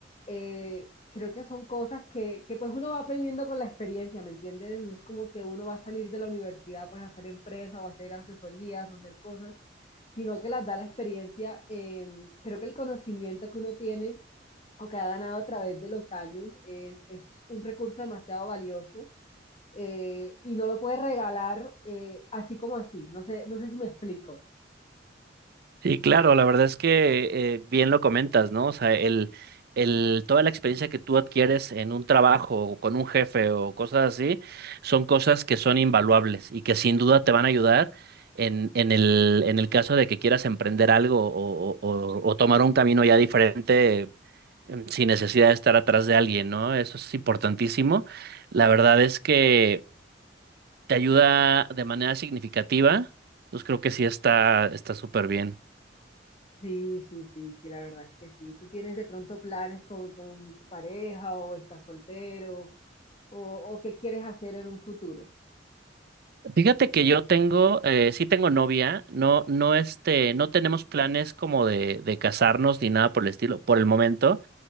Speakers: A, on the left; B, on the right.
A: eh, creo que son cosas que, que pues uno va aprendiendo con la experiencia, ¿me entiendes? No es como que uno va a salir de la universidad pues a hacer empresa o a hacer asesorías o hacer cosas, sino que las da la experiencia. eh, creo que el conocimiento que uno tiene o que ha ganado a través de los años es, es un recurso demasiado valioso eh, y no lo puedes regalar eh, así como así. No sé, no sé si me explico.
B: Sí, claro, la verdad es que eh, bien lo comentas, ¿no? O sea, el, el, toda la experiencia que tú adquieres en un trabajo o con un jefe o cosas así, son cosas que son invaluables y que sin duda te van a ayudar en, en el, en el caso de que quieras emprender algo o, o- o- o tomar un camino ya diferente em, sin necesidad de estar atrás de alguien, ¿no? Eso es importantísimo. La verdad es que te ayuda de manera significativa, pues creo que sí está, está súper bien.
A: Sí, sí, sí, sí, la verdad es que sí. Tú tienes de pronto planes con, con tu pareja o estás soltero o, o qué quieres hacer en un futuro.
B: Fíjate que yo tengo, eh, sí tengo novia, no, no este, no tenemos planes como de, de casarnos ni nada por el estilo, por el momento,